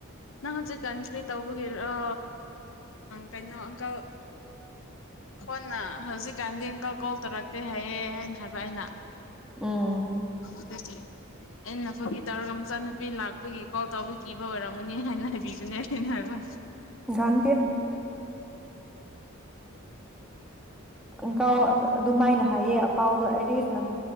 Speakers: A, on the left; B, in the centre.
A: ꯅꯪ ꯍꯧꯖꯤꯛ ꯇꯥꯏꯝ ꯁꯄꯦ ꯇꯧꯕꯒꯤꯔꯣ ꯀꯩꯅꯣ ꯑꯪꯀꯜ ꯈꯣꯟꯅ ꯍꯧꯖꯤꯛꯀꯥꯟꯗꯤ ꯑꯪꯀꯜ ꯀꯣꯜ ꯇꯧꯔꯛꯇꯦ ꯍꯥꯏꯌꯦ ꯍꯥꯏꯅ ꯍꯥꯏꯕ ꯑꯩꯅ
B: ꯎꯝ
A: ꯑꯗꯨꯗꯤ ꯑꯩꯅ ꯐꯥꯒꯤ ꯇꯧꯔꯒ ꯃꯆꯥꯅꯨꯄꯤ ꯂꯥꯛꯄꯒꯤ ꯀꯣꯜ ꯇꯧꯕ ꯑꯣꯏꯔꯝꯃꯅꯤ ꯍꯥꯏꯅ ꯍꯥꯏꯕꯤꯕꯅꯦ ꯑꯩꯅ ꯍꯥꯏꯕ
B: ꯒꯥꯟꯇꯦ <unintelligible> ꯑꯗꯨꯃꯥꯏꯅ ꯍꯥꯏꯑꯦ ꯑꯄꯥꯎꯗ ꯑꯦꯔꯤꯁ ꯅꯡ